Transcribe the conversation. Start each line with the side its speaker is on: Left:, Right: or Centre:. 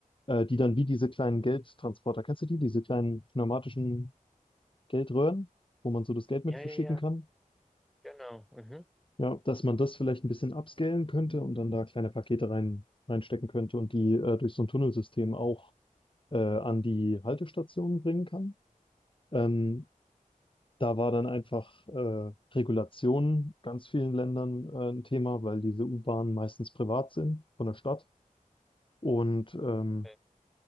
Left: äh, die dann wie diese kleinen Geldtransporter, kennst du die, diese kleinen pneumatischen Geldröhren, wo man so das Geld mit
Centre: Ja,
Left: verschicken
Centre: ja, ja,
Left: kann?
Centre: genau. Mhm.
Left: Ja, dass man das vielleicht ein bisschen upscalen könnte und dann da kleine Pakete rein, reinstecken könnte und die äh, durch so ein Tunnelsystem auch äh, an die Haltestationen bringen kann. Ähm, Da war dann einfach äh, Regulation ganz vielen Ländern äh, ein Thema, weil diese U-Bahnen meistens privat sind von der Stadt und ähm,
Centre: Okay.